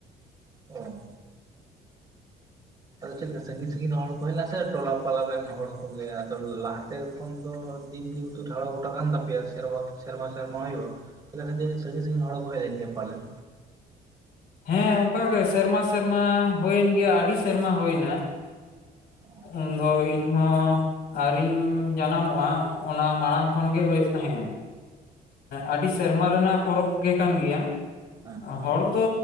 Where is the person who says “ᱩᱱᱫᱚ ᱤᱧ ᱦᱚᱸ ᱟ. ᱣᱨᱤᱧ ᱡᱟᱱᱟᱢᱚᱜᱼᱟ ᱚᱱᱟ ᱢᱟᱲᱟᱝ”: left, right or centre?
Left